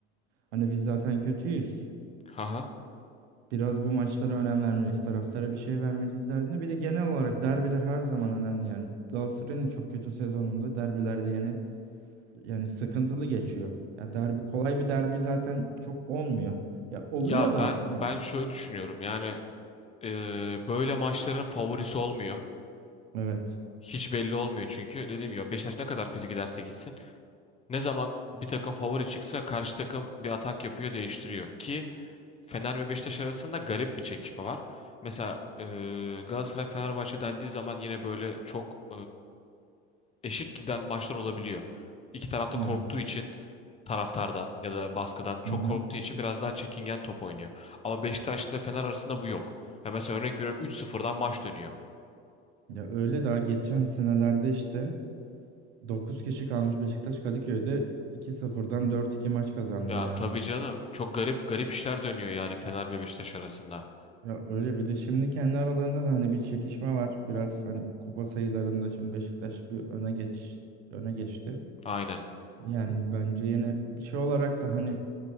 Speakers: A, on the right; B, on the left.
A: hani biz zaten kötüyüz.
B: Haha.
A: Biraz bu maçlara önem vermeliyiz. Taraftara bir şey vermeliyiz derdinde. Bir de genel olarak derbiler her zaman önemli yani. Galatasaray'ın da çok kötü sezonunda derbilerde yani yani sıkıntılı geçiyor. Ya derbi kolay bir derbi zaten çok olmuyor. Ya oluyor
B: Ya
A: da
B: ben
A: hani
B: ben şöyle düşünüyorum. Yani e, böyle maçların favorisi olmuyor.
A: evet.
B: Hiç belli olmuyor çünkü dediğim gibi Beşiktaş ne kadar kötü giderse gitsin. Ne zaman bir takım favori çıksa karşı takım bir atak yapıyor değiştiriyor ki Fener ve Beşiktaş arasında garip bir çekişme var. Mesela e, Galatasaray Fenerbahçe dendiği zaman yine böyle çok e, eşit giden maçlar olabiliyor. İki tarafta
A: Evet.
B: korktuğu için taraftardan ya da baskıdan çok
A: Hı hı.
B: korktuğu için biraz daha çekingen top oynuyor. Ama Beşiktaş ile Fener arasında bu yok. Ya mesela örnek veriyorum 3-0'dan maç dönüyor.
A: Ya öyle daha geçen senelerde işte 9 kişi kalmış Beşiktaş Kadıköy'de iki sıfırdan dört iki maç kazandı
B: Ya
A: yani.
B: tabii canım çok garip garip işler dönüyor yani Fener ve Beşiktaş arasında.
A: Ya öyle bir de şimdi kendi aralarında da hani bir çekişme var. Biraz hani kupa sayılarında şimdi Beşiktaş bir öne geç öne geçti.
B: Aynen.
A: Yani bence yine şey olarak da hani